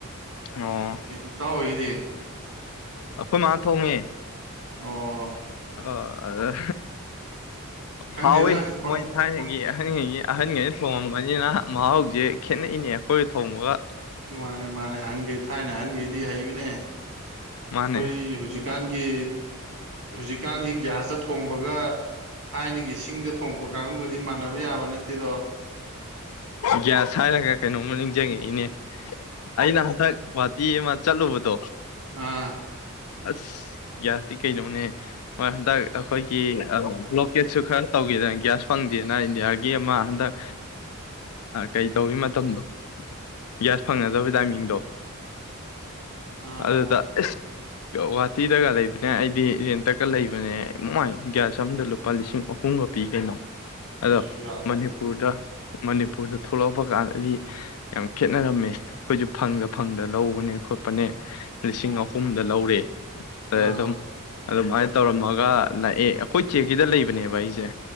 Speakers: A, on the left (about 85°); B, on the right (about 70°).
A: ꯑꯣ
B: ꯏꯇꯥꯎ ꯍꯒꯤꯗꯤ <unintelligible>
A: ꯑꯩꯈꯣꯏ ꯃꯥ ꯊꯣꯡꯉꯦ
B: ꯑꯣ
A: ꯑꯣ
B: ꯈꯪꯗꯦꯗ
A: ꯍꯥꯎꯋꯤ
B: ꯄꯪ
A: ꯃꯣꯏ ꯊꯥꯏꯅꯉꯩꯒꯤ
B: ꯄꯪ
A: ꯑꯍꯟꯈꯩꯒꯤ ꯑꯍꯟꯈꯩ ꯊꯣꯡꯉꯝꯕ ꯃꯅꯤꯅ ꯃꯥ ꯍꯧꯖꯤꯛꯁꯦ ꯈꯦꯠꯅꯩꯅꯦ ꯑꯩꯈꯣꯏ ꯊꯣꯡꯉꯒ
B: ꯃꯥꯅꯦ ꯃꯥꯅꯦ ꯑꯍꯟꯈꯩ ꯊꯥꯏꯅ ꯑꯍꯟꯈꯩꯗꯤ ꯍꯩꯕꯅꯦ ꯑꯩꯈꯣꯏ
A: ꯃꯥꯅꯦ
B: ꯍꯧꯖꯤꯛꯀꯥꯟꯒꯤ ꯍꯧꯖꯤꯛ ꯀꯥꯟꯒꯤ ꯒ꯭ꯌꯥꯁꯇ ꯊꯣꯡꯕꯒ ꯊꯥꯏꯅꯒꯤ ꯁꯤꯡꯗ ꯊꯣꯡꯕ ꯀꯥꯡꯕꯨ ꯑꯗꯨ ꯃꯥꯟꯅꯕ ꯌꯥꯕ ꯅꯠꯇꯦꯗꯣ
A: ꯒ꯭ꯌꯥꯁ ꯍꯥꯏꯔꯒ ꯀꯩꯅꯣꯝꯃ ꯅꯤꯡꯁꯤꯡꯉꯛꯏꯅꯦ ꯑꯩꯅ ꯍꯟꯗꯛ ꯒꯨꯍꯥꯇꯤ ꯑꯃ ꯆꯠꯂꯨꯕꯗꯣ
B: ꯑꯥ
A: ꯑꯁ ꯒ꯭ꯌꯥꯁꯇꯤ ꯀꯩꯅꯣꯅꯦ ꯍꯣꯏ ꯍꯟꯗꯛ ꯑꯩꯈꯣꯏꯒꯤ ꯕ꯭ꯂꯣꯀꯦꯠꯁꯨ ꯈꯔ ꯇꯧꯒꯦꯗꯅ ꯒ꯭ꯌꯥꯁ ꯐꯪꯗꯦꯅ ꯏꯟꯗꯤꯌꯥꯒꯤ ꯑꯃ ꯍꯟꯗꯛ ꯀꯩ ꯇꯧꯋꯤ ꯃꯇꯝꯗꯣ ꯒ꯭ꯌꯥꯁ ꯐꯪꯅꯗꯕ ꯇꯥꯏꯃꯤꯡꯗꯣ
B: ꯑꯥ
A: ꯑꯗꯨꯗ
B: ꯑꯥ
A: ꯒꯨꯍꯥꯇꯤꯗꯒ ꯂꯩꯕꯅꯦ ꯑꯩꯗꯤ ꯔꯦꯟꯇꯀ ꯂꯩꯕꯅꯦ ꯃꯣꯏ ꯒ꯭ꯌꯥꯁ ꯑꯝꯗ ꯂꯨꯄꯥ ꯂꯤꯁꯤꯡ ꯑꯍꯨꯝꯒ ꯄꯤ ꯀꯩꯅꯣ ꯑꯗꯣ
B: ꯑꯁ ꯌꯥꯗ꯭ꯔꯦ
A: ꯃꯅꯤꯄꯨꯔꯗ ꯃꯅꯤꯄꯨꯔꯗ ꯊꯣꯛꯂꯛꯄ ꯀꯥꯟꯗꯗꯤ ꯌꯥꯝ ꯈꯦꯠꯅꯔꯝꯃꯦ ꯑꯩꯈꯣꯏꯁꯨ ꯐꯪꯗ ꯐꯪꯗ ꯂꯧꯕꯅꯦ ꯈꯣꯠꯄꯅꯦ ꯂꯤꯁꯤꯡ ꯑꯍꯨꯝꯗ ꯂꯧꯔꯦ ꯑ ꯑꯦ
B: ꯑꯥ
A: ꯑꯗꯨꯝ ꯑꯗꯨꯃꯥꯏꯅ ꯇꯧꯔꯝꯃꯒ ꯂꯥꯛꯑꯦ ꯑꯩꯈꯣꯏ ꯆꯦꯀꯤꯗ ꯂꯩꯕꯅꯦꯕ ꯑꯩꯁꯦ